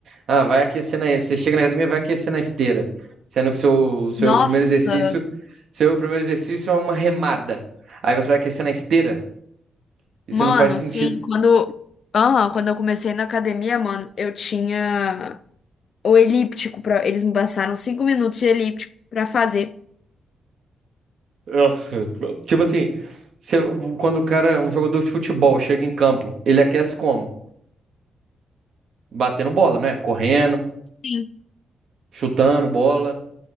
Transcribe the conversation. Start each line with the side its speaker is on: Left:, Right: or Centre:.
Right: ah, vai aquecer na... Você chega na academia, vai aquecer na esteira. Sendo que seu, seu
Left: Nossa,
Right: primeiro exercício, seu primeiro exercício é uma remada. Aí você vai aquecer na esteira. Isso
Left: mano,
Right: não faz sentido.
Left: sim, quando. Aham, quando eu comecei na academia, mano, eu tinha. ou elíptico para eles me passaram cinco minutos de elíptico para fazer.
Right: Nossa, tipo assim, você- quando o cara, um jogador de futebol, chega em campo, ele aquece como? Batendo bola, né? Correndo,
Left: Sim,
Right: chutando bola,